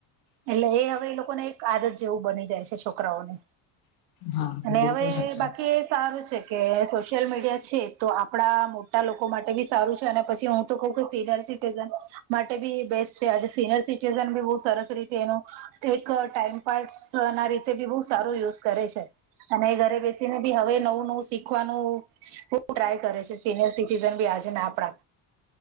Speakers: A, on the right (about 80°); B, on the left (about 60°).
A: એટલે એ હવે એલોકોને એક આદત જેવું બની જાય છે છોકરાઓને
B: હા બિલકુલ
A: અને હવે
B: સાચી
A: બાકીએ
B: વાત
A: સારું છે કે સોશિયલ મીડિયા છે તો આપણા મોટા લોકો માટે બી સારું છે અને પછી હું તો કઉંકે સિનિયર સિટીઝન માટે બી બેસ્ટ છે આજે સિનિયર સિટીઝન બી બહુ સરસ રીતે એનું એક ટાઈમ પાર્ટ્સના રીત તે બી બહુ સારો યુઝ કરે છે અને ઘરે બેસીને બી હવે નવું નવું શીખવાનું હું ટ્રાય કરે છે સિનિયર સિટીઝનબી આજના આપડા